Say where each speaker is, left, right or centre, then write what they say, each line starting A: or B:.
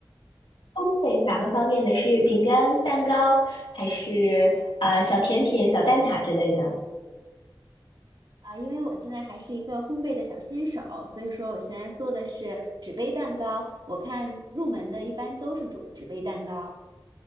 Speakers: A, on the left; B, on the right.
A: 烘焙哪个方面的？是饼干、蛋糕，还是呃小甜品、小蛋挞之类的？
B: 啊，因为我现在还是一个烘焙的小新手，所以说我现在做的是纸杯蛋糕。我看入门的一般都是纸纸杯蛋糕。